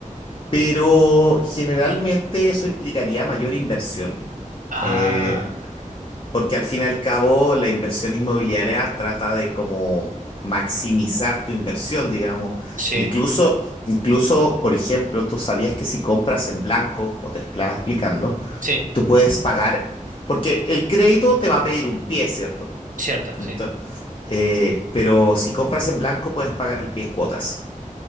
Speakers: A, on the left; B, on the right.
A: pero generalmente eso implicaría mayor inversión,
B: Ah,
A: eh, porque al fin y al cabo la inversión inmobiliaria trata de como maximizar tu inversión, digamos.
B: sí,
A: Incluso, incluso, por ejemplo, tú sabías que si compras en blanco, como te estaba explicando,
B: sí,
A: tú puedes pagar, porque el crédito te va a pedir un pie, ¿cierto?
B: cierto,
A: Entonces,
B: sí.
A: eh, pero si compras en blanco, puedes pagar el pie en cuotas.